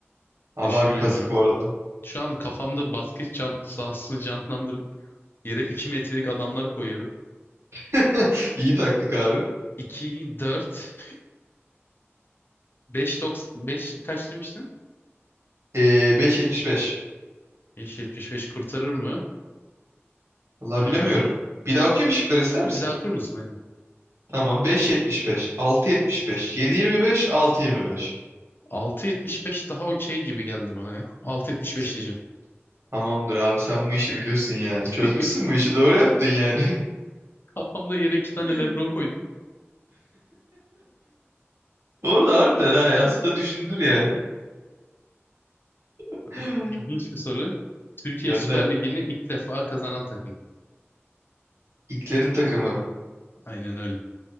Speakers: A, on the right (about 70°); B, on the left (about 50°).
A: Abi
B: düşünüyorum.
A: harbi kazık bu arada.
B: Şu an kafamda basket can sahasını canlandırıp yere 2 metrelik adamlar koyuyorum.
A: <laughs> İyi taktik abi.
B: 2, 4, 5, 5 kaç demiştin?
A: Ee, 5.75.
B: 5, 75 kurtarır mı?
A: Vallahi
B: Ee,
A: bilemiyorum. Bir daha okuyayım mı şıkları ister misin?
B: bir daha okur musun?
A: Tamam 5.75, 6.75, 7.25, 6.25.
B: 6.75 daha okey gibi geldi bana ya. 6.75
A: S-
B: diyeceğim.
A: Tamamdır abi sen bu işi biliyorsun ya.
B: <laughs>
A: Çözmüşsün bu işi doğru yaptın yani.
B: Kafamda yere iki tane
A: <laughs>
B: LeBron koydum.
A: Bu arada harbiden ha aslında düşündür yani. <laughs>
B: Hani ilginç bir soru. Türkiye
A: Gönder.
B: Süper Ligi'ni ilk defa kazanan takım.
A: İlklerin takımı.
B: Aynen öyle.